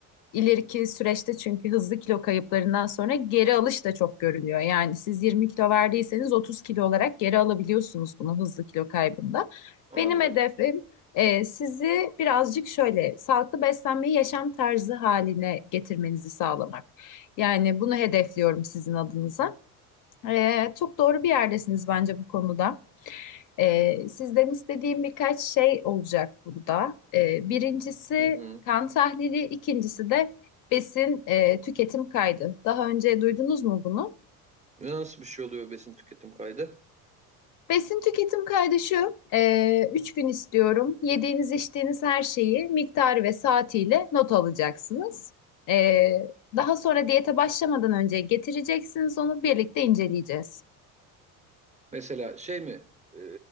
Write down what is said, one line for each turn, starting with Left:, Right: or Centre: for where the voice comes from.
Left: ileriki süreçte çünkü hızlı kilo kayıplarından sonra geri alış da çok görülüyor. Yani siz 20 kilo verdiyseniz 30 kilo olarak geri alabiliyorsunuz bunu hızlı kilo kaybında.
Right: Anladım.
Left: Benim hedefim e, sizi birazcık şöyle sağlıklı beslenmeyi yaşam tarzı haline getirmenizi sağlamak. Yani bunu hedefliyorum sizin adınıza. Ee, çok doğru bir yerdesiniz bence bu konuda. Ee, sizden istediğim birkaç şey olacak burada. Ee, birincisi
Right: Hı hı.
Left: kan tahlili, ikincisi de besin e, tüketim kaydı. Daha önce duydunuz mu bunu?
Right: Nasıl bir şey oluyor besin tüketim kaydı?
Left: Besin tüketim kaydı şu, e, üç gün istiyorum. Yediğiniz, içtiğiniz her şeyi miktarı ve saatiyle not alacaksınız. Ee, daha sonra diyete başlamadan önce getireceksiniz onu birlikte inceleyeceğiz.
Right: Mesela şey mi? E,